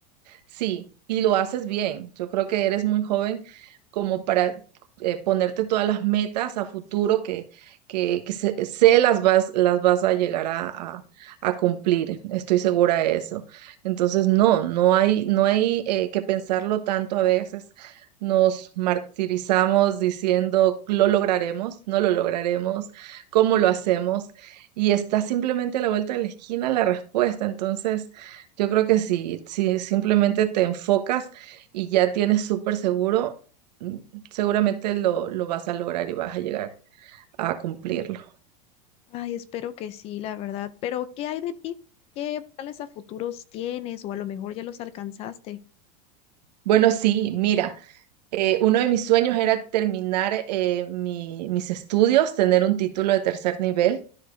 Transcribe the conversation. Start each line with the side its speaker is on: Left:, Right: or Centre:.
Right: Sí, y lo haces bien. Yo creo que eres muy joven como para eh, ponerte todas las metas a futuro que, que, que sé, sé las vas, las vas a llegar a, a- a cumplir. Estoy segura de eso. Entonces, no, no hay, no hay eh, que pensarlo tanto a veces. Nos martirizamos diciendo, lo lograremos, no lo lograremos, cómo lo hacemos. Y está simplemente a la vuelta de la esquina la respuesta. Entonces... Yo creo que si, si simplemente te enfocas y ya tienes súper seguro, mm, seguramente lo, lo vas a lograr y vas a llegar a cumplirlo.
Left: Ay, espero que sí, la verdad. Pero, ¿qué hay de ti? ¿Qué planes a futuros tienes? O a lo mejor ya los alcanzaste.
Right: Bueno, sí, mira, eh, uno de mis sueños era terminar eh, mi- mis estudios, tener un título de tercer nivel.